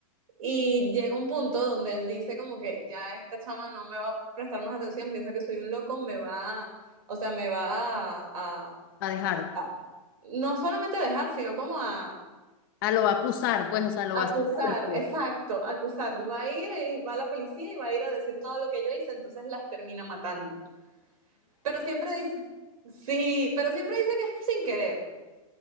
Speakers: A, on the right; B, on the left.
A: Y llega un punto donde él dice como que ya esta chama no me va a prestar más atención, piensa que soy un loco, me va, o sea, me va a, a-
B: a dejar.
A: a- no solamente a dejar, sino como a
B: Ah, lo va a acusar, pues, o sea, lo
A: acusar,
B: va a hacer público.
A: exacto, acusar. Va a ir y va la policía y va a ir a decir todo lo que yo hice, entonces las termina matando. Pero siempre dice, sí, pero siempre dice que es sin querer.